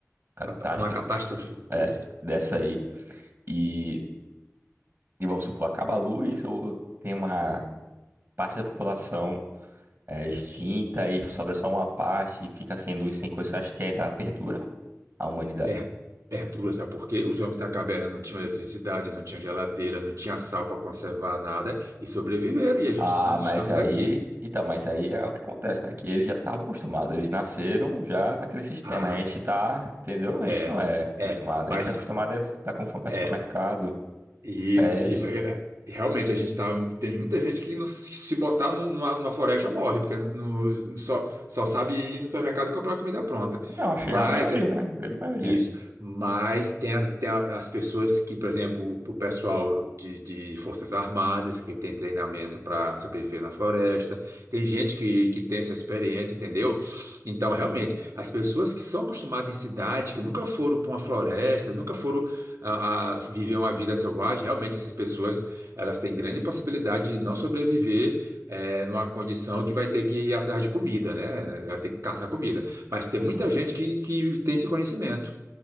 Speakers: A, on the right; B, on the right.
A: catástrofe,
B: com a, ta- com a catástrofe. Isso.
A: é, dessa aí. E, e vamos supor, acaba a luz ou tem uma parte da população é, extinta e sobra só uma parte e fica sem luz, sem coisa, você acha que ainda perdura a humanidade?
B: per- Perturba, sabe por quê? Os homens da caverna não tinham eletricidade, não tinham geladeira, não tinha sal para conservar nada e sobreviveram. E a gente,
A: Ah,
B: nós
A: mas
B: estamos
A: aí.
B: aqui.
A: Então, mas aí é o que acontece, né? Que eles já estavam acostumados. Eles nasceram já naquele sistema.
B: Ah,
A: A gente tá, entendeu? A
B: é,
A: gente não é
B: é,
A: acostumado.
B: mas
A: A gente é acostumado a estar com fome no
B: é
A: supermercado,
B: e
A: pede.
B: isso, isso é, é, realmente a gente tá. Tem muita gente que não se se botar num- numa, numa floresta morre, porque não, só só sabe ir no supermercado e comprar comida pronta.
A: Não, achei
B: Mas
A: a maioria,
B: é
A: né? A grande maioria.
B: Isso, mas tem, as tem a- as pessoas que, por exemplo, o o pessoal de, de Forças Armadas, que tem treinamento para sobreviver na floresta, tem gente que, que tem essa experiência, entendeu? Então, realmente, as pessoas que são acostumadas em cidade, que nunca foram para uma floresta, nunca foram a, a viver uma vida selvagem, realmente essas pessoas elas têm grande possibilidade de não sobreviver eh, numa condição que vai ter que ir atrás de comida, né? Vai ter que caçar comida. Mas tem muita
A: Sim.
B: gente que, que tem esse conhecimento,